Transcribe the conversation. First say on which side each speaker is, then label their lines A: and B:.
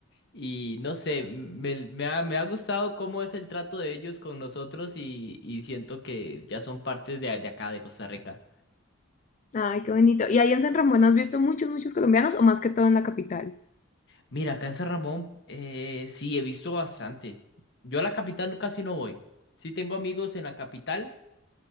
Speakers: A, on the left; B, on the left.
A: Y no sé, me, me ha, me ha gustado cómo es el trato de ellos con nosotros y, y siento que ya son parte de, de acá, de Costa Rica.
B: <laughs> Ay, qué bonito. ¿Y ahí en San Ramón has visto muchos, muchos colombianos o más que todo en la capital?
A: Mira, acá en San Ramón, eh, sí, he visto bastante. Yo a la capital casi no voy. Sí tengo amigos en la capital,